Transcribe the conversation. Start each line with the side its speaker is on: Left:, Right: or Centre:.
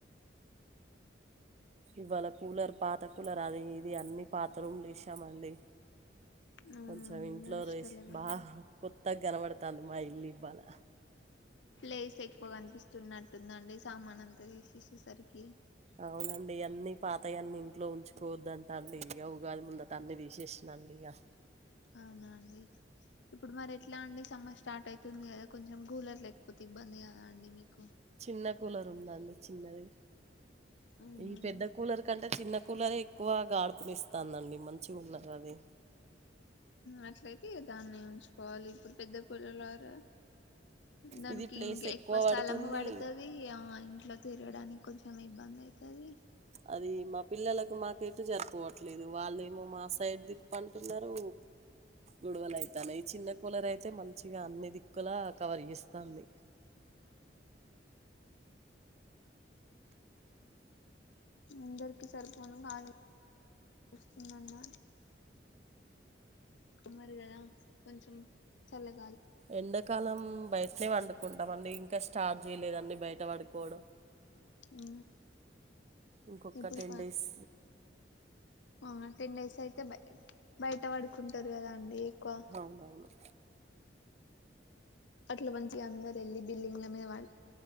Right: ఇవాళ కూలర్ పాత కూలర్ అది ఇది అన్ని పాత రూములు ఇసామండి
Left: అవునండి
Right: కొంచెం ఇంట్లో
Left: నడుస్తలేవండి
Right: రేసి బా కొత్తగా కనపడతంది తంది మా ఇల్ ఇబ్బాల
Left: ప్లేస్ ఎక్కువ కనిపిస్తున్నట్టుందండి సామాన్ అంతా తీసేసేసరికి
Right: అవునండి ఇవన్నీ పాతయన్ని ఇంట్లో ఉంచుకోవద్దంత అండి ఇక ఉగాది ముందత అన్ని తీసేసాండి ఇక
Left: అవునా అండి ఇప్పుడు మరి ఎట్లా అండి సమ్మర్ స్టార్ట్ అవుతుంది కదా కొంచెం కూలర్ లేకపోతే ఇబ్బంది కదా అండి మీకు
Right: చిన్న కూలరు ఉందండి చిన్నది
Left: అవునండి
Right: ఈ పెద్ద కూలర్ కంటే చిన్న కూలరే ఎక్కువ గాడుపునిస్తానండి మంచిగా ఉన్నారు అదే
Left: అట్లయితే దాన్ని ఉంచుకోవాలి ఇప్పుడు పెద్ద కూల్లలార దానికి
Right: ఇది ప్లేస్
Left: ఇంకా ఎక్కువ స్థలము
Right: పడుతుంది
Left: పడుతది ఆ ఇంట్లో తిరగడానికి కొంచెం ఇబ్బంది అయితాది
Right: అది మా పిల్లలకు మాకైతే జరుపువట్లేదు వాళ్ళేమో మా సైడ్ తిప్పంటున్నారు గొడవలు అయితానాయి ఈ చిన్న కూలర అయితే మంచిగా అన్ని దిక్కుల కవర్ ఇస్తాంది
Left: అందరికి సరిపోను కాలేజ్ వస్తుందన్న ఉ మరి కదా కొంచెం చల్లగా
Right: ఎండాకాలం బయటనే వండుకుంటాం ఇంకా స్ స్టార్జ్ చేయలేదు అండి బయట పడుకోవడం
Left: అ
Right: ఇంకొక
Left: ఇప్పుడు
Right: టెన్ డేస్
Left: ఆ టెన్ డేస్ అయితే బ బయట పడుకుంటారు కదా అండి ఎక్కువ
Right: అవునవును
Left: అట్లా మంచిగా అందరు వెళ్ళి బిల్డింగ్ల మీద